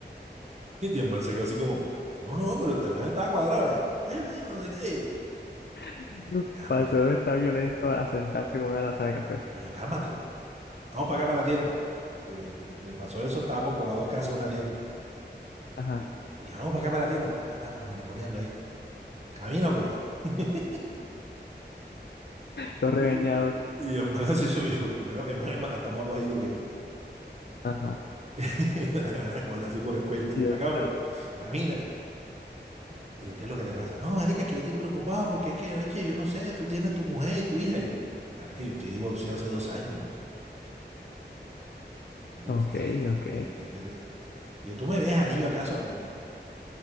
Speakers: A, on the right (about 35°); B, on the left (about 65°).
A: <laughs> Y el man se quedó así como, no, no, pero el man estaba cuadrado ya. Eh, man, no sé qué.
B: <laughs>
A: Yo, "Cami",
B: Pasó de estar violento a sentarse con una taza de café.
A: Y yo, cálmate, vamos para acá para la tienda. Pues, eh, Donde pasó eso, estábamos como a dos casas de una tienda.
B: Ajá.
A: Y, y vamos para acá para la tienda, me. Estábamos mariconeando ahí. Camíname. <laughs>
B: Todo regañado.
A: Y, y el man así subió, porque el man, el man es más- hasta más bajito que yo.
B: Ajá.
A: <laughs> Ana, cogerle así por el cuello.
B: Dios
A: Ven para acá, hombre.
B: santo.
A: Camina. Y yo, ¿qué es lo que te pasa? No, marica, que yo estoy preocupado porque es que, leche, yo no sé, tú tienes tu mujer y tu hija. Y yo, marica, yo estoy divorciado hace dos años. Vos
B: Ok,
A: que- que-
B: ok.
A: que- que- que- que- Yo, ¿tú me ves anillo acaso a mí?